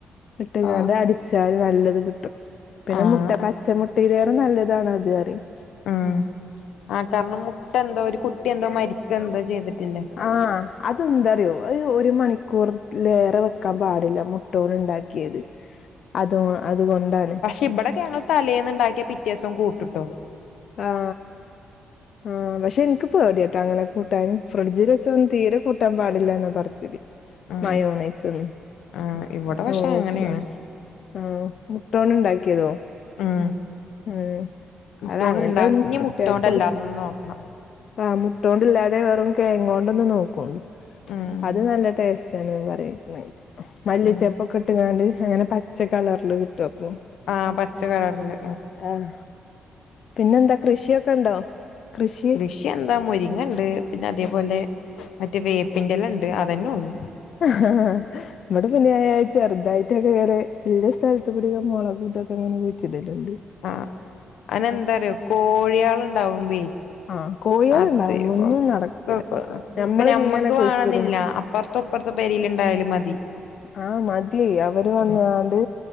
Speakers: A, on the left; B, on the left.
A: ഇട്ടുകാണ്ട്
B: ഓഹ്
A: അടിച്ചാല് നല്ലത് കിട്ടും പിന്നെ
B: ആഹ്
A: മുട്ട പച്ച മുട്ട ഇതിലേറെ നല്ലതാണ് അത് അറിയും
B: ഉം ആ അതാവുമ്പോ മുട്ട എന്തോ ഒരു കുത്തിയ എന്തോ മരിക്ക എന്തോ ചെയ്തിട്ടില്ലേ
A: ആഹ അതെന്താറിയോ ഒരു മണിക്കൂർ ലേറെ വെക്കാൻ പാടില്ല മുട്ടോണ്ട് ഉണ്ടാക്കി യത് അതൊ അത് കൊണ്ടാ
B: പക്ഷെ ഇവിടെയൊക്കെ ഞങ്ങൾ തലേന്നുണ്ടാക്കിയാ പിറ്റേദിവസം കൂട്ടും ട്ടോ
A: ആ് ആ പക്ഷെ എനിക്ക് പേടിയാട്ടോ അങ്ങനെ കൂട് ട്ടാൻ ഫ്രിഡ്ജിൽ വെച്ച ഒന്നും തീരെ കൂട്ടാൻ പാടില്ല എന്ന പറഞ്ഞത്
B: ആ
A: മയോണൈസ് ഒന്നും
B: ആ ഇവിടെ പക്ഷെ
A: നോക്ക
B: അങ്ങനെയാണ്
A: ആ മുട്ടോണ്ട് ഉണ്ടാക്കിയതോ
B: ഉം
A: ഉം
B: മുട്ടോണ്ട്
A: അത അങ്ങനത്തെ
B: ഇണ്ടാ
A: ഒന്നും
B: ഇനി
A: കുട്ട്യാൾക്ക്
B: മുട്ടോണ്ട്
A: കൊടു
B: അല്ലാതൊന്ന് നോക്കണം
A: ആ മുട്ടൊണ്ടില്ലാതെ വെറും കങ്ങ കൊണ്ടൊന്നും നോക്കൂ
B: ഉം
A: അത് നല്ല ടേസ്റ്റ് ച്ച പറ മല്ലിച്ചപ്പൊക്കെ
B: ഉം
A: ഇട്ടങ്ങാണ്ട് അങ്ങനെ പച്ച കളറില് കിട്ടും
B: ആഹ പച്ച കളറില്
A: ആഹ പിന്നെ എന്താ കൃഷിയൊക്കെ ഉണ്ടോ കൃഷി
B: പക്ഷെ എന്താ മുരിങ്ങ ഉണ്ട് പിന്നെ അതേപോലെ മറ്റേ വേപ്പിൻറെല്ല ണ്ട് അതന്നെ ഉള്ളു
A: ആഹ നമ്മുടെ പനിയായാഴ് ഇവിടെ പിന്നെചെറുതായിട്ടൊക്കെ ഉള്ളസ്ഥലത്തൊക്കെ കൂടിൊക്കെ മുളകൂതൊക്കെ ഇങ്ങനെ കുഴിച്ച ടലുണ്ട്
B: ആ് അനെന്താറോ കോഴിയാളുണ്ടാവുമ്പ
A: ആഹ് കോഴികളുണ്ടാവുമ്പോ
B: അതെയ
A: ഒന്നും
B: ഒക്ക
A: നടക്കൂല ഞമ്മളിങ്ങനെ
B: ഇപ്പൊഞമ്മക്ക്
A: കുഴിച്ചിടും
B: വേണെന്നില്ല അപ്പറത്ത ഇപ്പുറത്തെ പേരൽ ഉണ്ടായാലും മതി.
A: ആഹ മതി. അവര് വന്നാണ്ട്.
B: ഉം